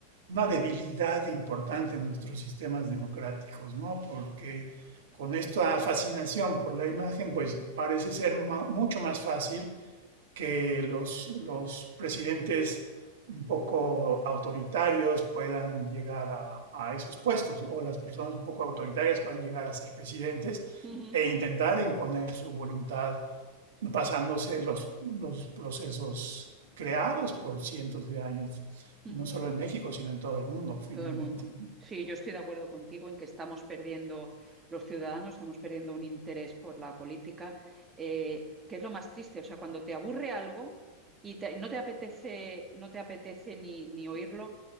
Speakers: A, on the right; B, on the right.
A: una debilidad importante en nuestros sistemas democráticos, ¿no? Porque con esta fascinación por la imagen, pues parece ser ma- mucho más fácil que los, los presidentes un poco autoritarios puedan llegar a, a esos puestos, ¿no? o las personas un poco autoritarias puedan llegar a ser presidentes
B: Ujú,
A: e intentar imponer su voluntad pasándose los, los procesos creados por cientos de años,
B: ujú.
A: y no solo en México, sino en todo el mundo, finalmente.
B: Todo el mundo.
A: ¿no?
B: Sí, yo estoy de acuerdo contigo en que estamos perdiendo los ciudadanos, estamos perdiendo un interés por la política, eh, que es lo más triste. O sea, cuando te aburre algo y te- no te apetece, no te apetece ni, ni oírlo,